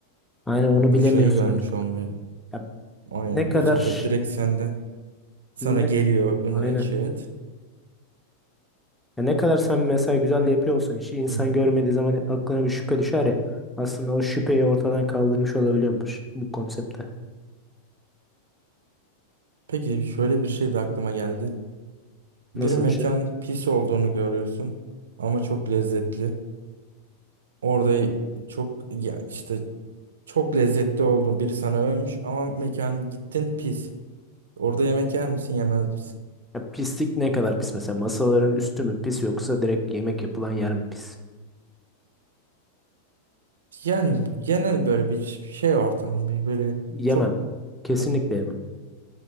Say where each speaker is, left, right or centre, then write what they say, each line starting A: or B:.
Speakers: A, in the centre; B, on the right.
A: Aynen onu
B: Ya
A: bilemiyorsun
B: bu şeyi görmüş
A: artık.
B: olmuyor.
A: Ya
B: Aynen.
A: ne kadar
B: Bu sefer
A: ş-
B: direkt sende sana
A: ne,
B: geliyor önüne
A: aynen.
B: çiğ et.
A: Ya ne kadar sen mesela güzel de yapıyor olsan işi insan
B: Hı hı.
A: görmediği zaman aklına bir şüphe düşer ya. Aslında o şüpheyi ortadan kaldırmış olabiliyormuş bu konsepte.
B: Peki şöyle bir şey de aklıma geldi. Bir
A: Nasıl
B: mekan
A: bir şey?
B: pis olduğunu görüyorsun ama çok lezzetli. Orada çok ya işte Çok lezzetli oldu. Biri sana övmüş ama mekan gittin pis. Orada yemek yer misin yemez misin?
A: Ya pislik ne kadar pis mesela? Masaların üstü mü pis yoksa direkt yemek yapılan yer mi pis?
B: Yani genel böyle bir şey ortamı bir böyle
A: Yemem.
B: çok
A: Kesinlikle
B: e,
A: yemem.